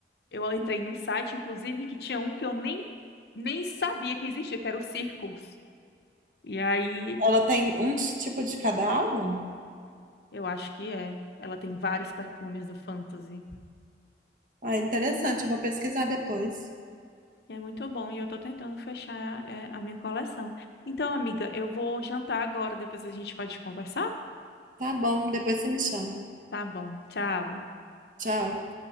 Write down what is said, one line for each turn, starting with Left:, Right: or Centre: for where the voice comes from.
Left: eu entrei num site, inclusive, que tinha um que eu nem, nem sabia que existia, que era o Circles. E aí,
Right: Ela tem um t- tipo de cada álbum?
Left: eu acho que é. Ela tem vários perfumes do Fantasy.
Right: Ah, interessante, eu vou pesquisar depois.
Left: E é muito bom, e eu tô tentando fechar, é, a minha coleção. Então, amiga, eu vou jantar agora, depois a gente pode conversar?
Right: Tá bom, depois você me chama.
Left: Tá bom, tchau.
Right: Tchau.